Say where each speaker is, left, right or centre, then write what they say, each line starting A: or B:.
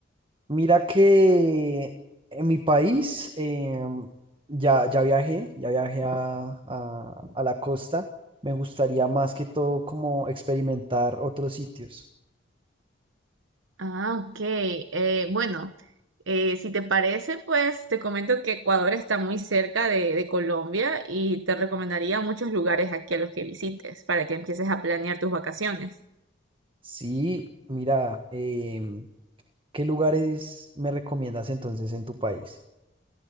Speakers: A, on the right; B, on the right.
A: Mira que en mi país eh, ya, ya viajé, ya viajé a, a- a la costa. Me gustaría más que todo como experimentar otros sitios.
B: Ah, ok. eh, bueno, eh, si te parece, pues te comento que Ecuador está muy cerca de, de Colombia y te recomendaría muchos lugares aquí a los que visites para que empieces a planear tus vacaciones.
A: Sí, mira, eh, ¿qué lugares me recomiendas entonces en tu país?